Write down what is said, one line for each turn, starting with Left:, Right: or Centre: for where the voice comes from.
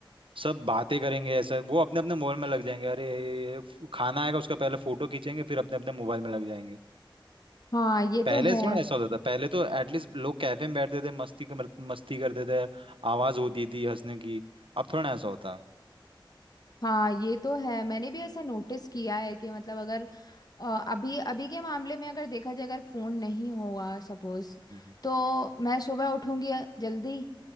Right: सब बातें करेंगे ऐसा वो अपने अपने मोबाइल में लग जाएंगे अरे खाना आएगा उसका पहले फोटो खींचेंगे फिर अपने अपने मोबाइल में लग जाएंगे
Left: हाँ ये तो
Right: पहले
Left: है
Right: थोड़ा ऐसा होता था पहले तो एटलीस्ट लोग कैफे में बैठते थे मस्ती कर मस्ती करते थे आवाज होती थी हंसने की अब थोड़ा ना ऐसा होता
Left: हाँ ये तो है मैंने भी ऐसा नोटिस किया है कि मतलब अगर अ, अभी अभी के मामले में अगर देखा जाए अगर फ़ोन नहीं हुआ सपोज़
Right: हम्म,
Left: तो मैं सुबह उठूंगी जल्दी